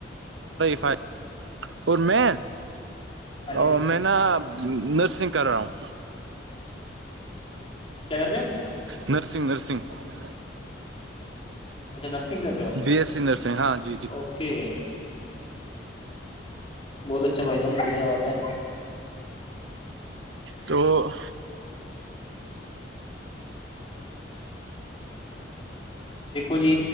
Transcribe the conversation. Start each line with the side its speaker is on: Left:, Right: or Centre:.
Right: فائی اور میں
Left: ہاں جی
Right: او
Left: بھائی جان
Right: میں ن نرسنگ کر رہا ہوں
Left: کیا کر رہے ہو
Right: نرسنگ نرسنگ <unintelligible>
Left: اچھا نرسنگ کر رہے ہو
Right: بی ایس سی نرسنگ ہاں جی جی
Left: اوکے بہت اچھا بھائی جان بڑھیا بات ہے
Right: تو
Left: دیکھو جی